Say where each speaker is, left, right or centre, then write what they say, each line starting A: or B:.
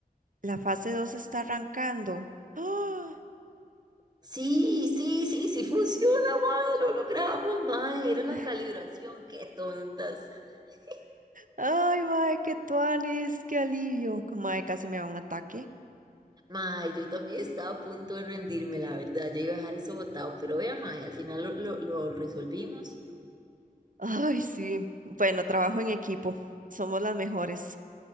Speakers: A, on the right; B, on the right.
A: La fase 2 está arrancando. ¡Ah!
B: sí, sí, sí, sí funciona, mae, lo logramos, mae, era la
A: <laughs>
B: calibración, qué tontas. <laughs>
A: Ay, mae, qué tuanis, qué alivio. Mae, casi me da un ataque.
B: Mae, yo también estaba a punto de rendirme, la verdad. Yo iba a dejar eso botado, pero vea, mae, al final lo, lo- lo resolvimos.
A: Ay, sí. Bueno, trabajo en equipo. Somos las mejores.